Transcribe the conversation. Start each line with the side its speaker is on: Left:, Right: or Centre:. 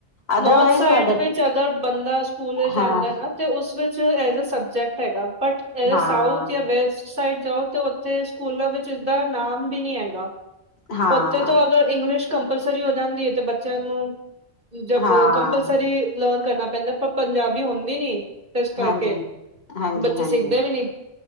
Left: ਅਦਰਵਾਈਜ਼
Right: ਨੋੌਰਥ, ਸਾਈਡ
Left: ਤੁਹਾਡੇ
Right: ਵਿੱਚ ਅਗਰ ਬੰਦਾ ਸਕੂਲ ਵਿੱਚ ਜਾਂਦਾ
Left: ਹਾਂ,
Right: ਹੈ ਨਾ ਤੇ ਉਸ ਵਿੱਚ ਐਜ ਆ ਸਬਜੈਕਟ ਹੈਗਾ, ਬਟ ਐ
Left: ਹਾਂ,
Right: ਸਾਊਥ ਆ ਵੈਸਟ ਉਸ ਸਾਈਡ ਜਾਓ ਤੇ, ਉੱਥੇ ਸਕੂਲਾਂ ਵਿੱਚ ਇਦਾ ਨਾਮ ਵੀ ਨੀ ਹੈਗਾ
Left: ਹਾਂ,
Right: ਉੱਥੇ ਤੋਂ ਅਗਰ ਇੰਗਲਿਸ਼ ਕੰਪਲਸਰੀ ਹੋ ਜਾਂਦੀ ਹੈ। ਅਤੇ ਬੱਚਿਆਂ ਨੂੰ ਜਬ
Left: ਹਾਂ,
Right: ਕੰਪਲਸਰੀ ਲਰਨ ਕਰਨਾ ਪੈਂਦਾ, ਪਰ ਪੰਜਾਬੀ ਹੁੰਦੀ ਨੀ। ਇਸ ਕਰਕੇ,
Left: ਹਾਂਜੀ। ਹਾਂਜੀ-ਹਾਂਜੀ,
Right: ਬੱਚੇ ਸਿੱਖਦੇ ਵੀ ਨੀ।